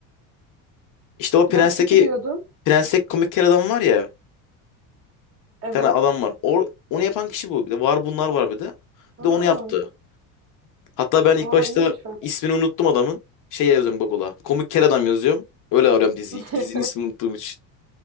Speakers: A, on the left (about 45°); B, on the right (about 30°).
A: İşte o
B: Prens'teki
A: Prens'teki
B: diyordum.
A: Prens'teki komik kel adam var ya.
B: Evet.
A: Bir tane adam var. O, onu yapan kişi bu. Bir de var bunlar var bir de. Bir de
B: Aa,
A: onu yaptı. Hatta ben ilk
B: aa
A: başta
B: iyiymiş bak
A: ismini unuttum adamın. Şey yazıyorum Google'a. Komik kel adam yazıyorum. Öyle arıyorum diziyi.
B: <laughs>
A: Dizinin ismini unuttuğum için.